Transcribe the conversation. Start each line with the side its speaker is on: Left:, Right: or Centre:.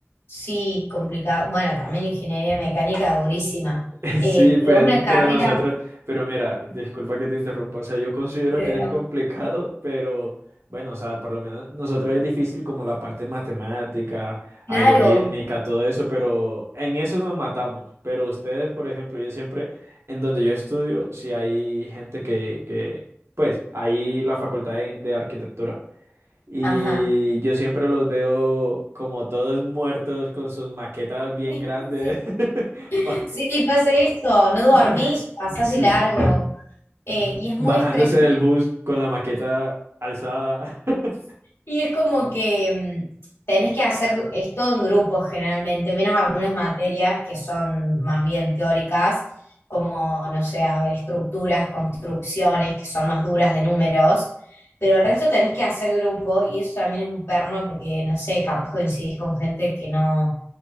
Left: Sí, complicado. Bueno, también ingeniería mecánica durísima,
Right: <laughs>
Left: eh,
Right: Sí, pues,
Left: pero una carrera,
Right: pero nosotros, pero mira, disculpa que te interrumpa, o sea, yo considero
Left: pero-
Right: que es complicado, pero bueno, o sea, por lo menos nosotros es difícil como la parte matemática,
Left: claro,
Right: algorítmica, todo eso, pero en eso nos matamos. Pero ustedes, por ejemplo, yo siempre, en donde yo estudio, si hay gente que, que, pues, hay la facultad de, de arquitectura. Y
Left: ajá.
Right: yo siempre los veo como todos muertos con sus maquetas bien
Left: <laughs>
Right: grandes. <laughs> ba-
Left: Sí, pasa eso, no
Right: <laughs>
Left: dormís, pasás
Right: Sí.
Left: de largo. Eh, y es
Right: Bajándose
Left: muy estresante
Right: del bus con la maqueta alzada. <laughs>
Left: Y es como que mm, tenés que hacer esto en grupos generalmente, menos algunas
Right: Sí,
Left: materias que son más bien teóricas, como, no sé, a ver, estructuras, construcciones, que son más duras de números, pero el resto tenés que hacer grupo y eso también es un perno porque, no sé, capaz coincidís con gente que no,